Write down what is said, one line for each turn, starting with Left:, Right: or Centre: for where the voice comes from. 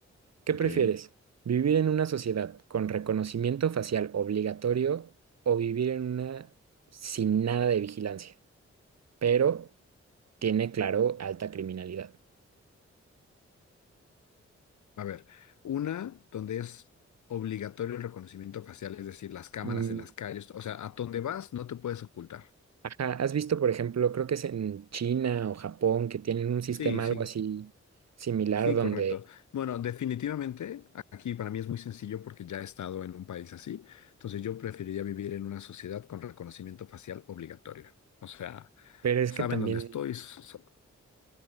Right: ¿Qué
Left: ok.
Right: prefieres? ¿Vivir en una sociedad con reconocimiento facial obligatorio o vivir en una sin nada de vigilancia, pero tiene, claro, alta criminalidad?
Left: A ver, una donde es obligatorio el reconocimiento facial, es decir, las cámaras
Right: Mm,
Left: en las calles, o sea, a donde vas no te puedes ocultar.
Right: Ajá, ¿has visto, por ejemplo, creo que es en China o Japón que tienen un sistema
Left: Sí, sí,
Right: algo así similar
Left: sí,
Right: donde,
Left: correcto. Bueno, definitivamente aquí para mí es muy sencillo porque ya he estado en un país así, entonces yo preferiría vivir en una sociedad con reconocimiento facial obligatorio. O sea,
Right: pero es
Left: saben
Right: que también
Left: dónde estoy, s- s-